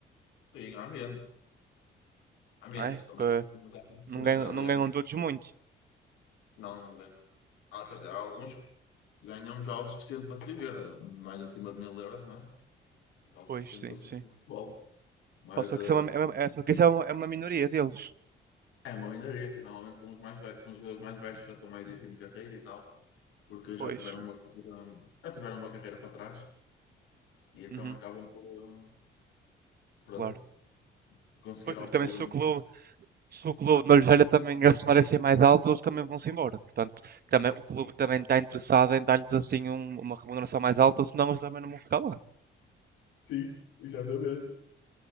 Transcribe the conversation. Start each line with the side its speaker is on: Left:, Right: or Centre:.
Left: Sim, há menos. Há menos
Right: não é?
Left: também.
Right: Porque
Left: Mas há,
Right: não
Left: sim, na
Right: ganham,
Left: Primeira
Right: não
Left: Liga
Right: ganham todos muito.
Left: não, não ganham. Há, quer dizer, há alguns que ganham já o suficiente para se viver, eh, mais acima de mil euros, não é? Já o
Right: Pois,
Left: suficiente
Right: sim,
Left: para se
Right: sim.
Left: viver com o futebol. Mas
Right: Ou só
Left: eh,
Right: que isso é uma, é uma- é- só que isso é uma, é uma minoria deles.
Left: É uma minoria, assim, normalmente são os mais velhos, são os jogadores mais velhos que já estão mais em fim de carreira e tal, porque
Right: Pois,
Left: já tiveram uma carreira, já tiveram uma carreira para trás e então
Right: uhum,
Left: acabam por, eh, pronto,
Right: claro.
Left: conseguir
Right: Pois,
Left: oferir
Right: porque também se
Left: um.
Right: o clube, se o clube não lhes olha também a salário ser mais alto, eles também vão-se embora. Portanto, também, o clube também está interessado em dar-lhes assim um- uma remuneração mais alta, senão eles também não vão ficar lá.
Left: Sim, exatamente.